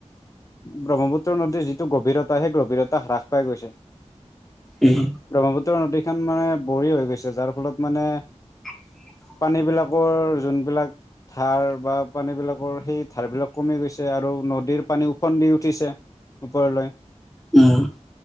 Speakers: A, on the left; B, in the centre.
A: ব্ৰহ্মপুত্ৰ নদীৰ যিটো গভীৰতা, সেই গভীৰতা হ্ৰাস পাই গৈছে
B: উম
A: ব্ৰহ্মপুত্ৰ নদী মানে বড়ি হৈ গৈছে। যাৰ ফলত মানে
B: <unintelligible>
A: পানীবিলাকৰ যোনবিলাক ধাৰ বা পানীবিলাকৰ সেই ধাৰবিলাক কমি গৈছে আৰু নদীৰ পানী ওফন্দি উঠিছে ওপৰলৈ
B: উ'ম।